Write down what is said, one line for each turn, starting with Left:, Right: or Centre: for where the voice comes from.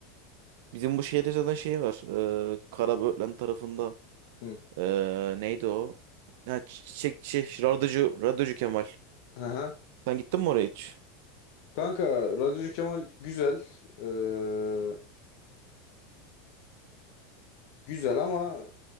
Right: bizim bu şehirde zaten şey var. Ee, Karaböğlen tarafında.
Left: Hı.
Right: Ee, neydi o? Ha, çiçekçi, radyocu, radyocu Kemal.
Left: Aha.
Right: Sen gittin mi oraya hiç?
Left: Kanka Radyocu Kemal güzel. Ee, güzel ama